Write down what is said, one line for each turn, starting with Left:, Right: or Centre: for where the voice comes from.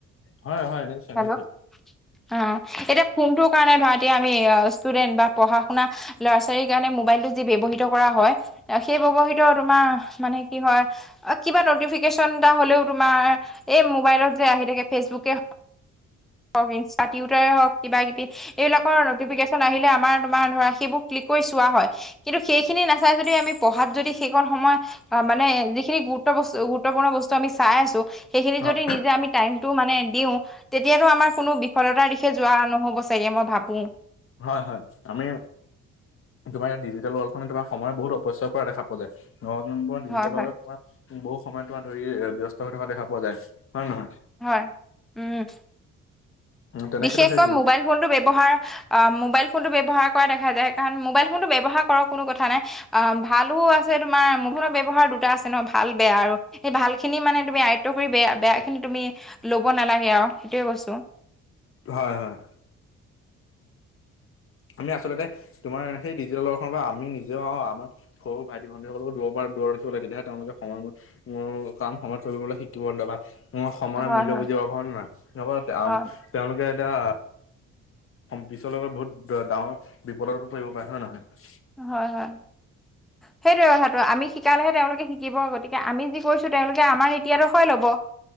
Left: হয়, হয়, নিশ্চয়,
Centre: হেল্ল'
Left: নিশ্চয়।
Centre: অঁ এতিয়া ফোনটোৰ কাৰণে ধৰা এতিয়া আমি ষ্টুডেন্ট বা পঢ়া শুনা ল'ৰা ছোৱালীৰ কাৰণে মোবাইলটো যি ব্যৱহৃত কৰা হয়। সেই ব্যৱহিত তোমাৰ মানে কি হয়? কিবা নটিফিকেশচন এটা হলেও তোমাৰ এই মোবাইলত যে আহি থাকে ফেচবুকে হওক ইনষ্টা টিউটাৰে হওক, কিবা কিবি এইবিলাকৰ নটিফিকেশ্যন আহিলে আমাৰ তোমাৰ ধৰা সেইবোৰ ক্লিক কৰি চোৱা হয়। কিন্তু সেইখিনি নাচাই যদি আমি পঢ়াত যদি সেইকণ সময় আঁহ মানে যিখিনি গুৰুত্ব বস্তু গুৰুত্বপূৰ্ণ বস্তু আমি চাই আছো, সেইখিনি
Left: হয়,
Centre: যদি নিজে আমি টাইমটো মানে দিওঁ। তেতিয়াতটো আমাৰ কোনো বিফলতাৰ দিশে যোৱা নহ'ব চাগে, মই ভাবো
Left: হয় হয়, আমি তোমাৰ ইয়াত ডিজিটেল ৱৰ্ল্ খনে তোমাৰ বহুত অপচয় কৰা দেখা পোৱা যায়। ন নম্বৰ ডিজিটেলৰ
Centre: হয় হয়
Left: বহু সময় তোমাৰ ধৰি ব্যস্ত হৈ থকা দেখা পোৱা যায় হয় নে নহয়?
Centre: হয় উম,
Left: উম, তেনে
Centre: বিশেষকৈ
Left: ক্ষেত্ৰত সেই ডি-
Centre: মোবাইল ফোনটো ব্যৱহাৰ অঁ, মোবাইল ফোনটো ব্যৱহাৰ কৰা দেখা যায়, কাৰণ মোবাইল ফোনটো ব্যৱহাৰ কৰক কোনো কথা নাই। অঁ ভালো আছে তোমাৰ মুঠতে ব্যবহাৰ দুটা আছে ন ভাল বেয়া আৰু। সেই ভাল খিনি মানে তুমি আয়ত্ব কৰি বেয়া বেয়া খিনি তুমি লব নালাগে আৰু, সেইটোয়ে কৈছো।
Left: হয় হয়। আমি আচলতে তোমাৰ সেই ডিজিটেলৱল্ড খনৰ পৰা আমি নিজেও আমাৰ সৰু ভাইটি ভণ্টী, সকলক দূৰৰপা দূৰত ৰাখিব লাগে, তেতিয়াহে তেওঁলোকে সময় ম উম, কাম সময়ত কৰিবলৈ শিকিব ন তাপা সময়ৰ
Centre: হয়
Left: মূল্য
Centre: হয়
Left: বুজি পাব হয়নে নহয় তাপা, আ
Centre: হয়।
Left: তেওঁলোকে এতিয়া পিছলৈ গৈ বহুত ডাঙৰ বিপদতো পৰিব পাৰে হয় নে নহয়?
Centre: হয় হয়। সেইটোৱেই কথাটো আমি শিকালেহে তেওঁলোকে শিকিব গতিকে আমি যি কৰিছোঁ তেওঁলোকে আমাৰ নিতি আদৰ্শই ল'ব <inaudible>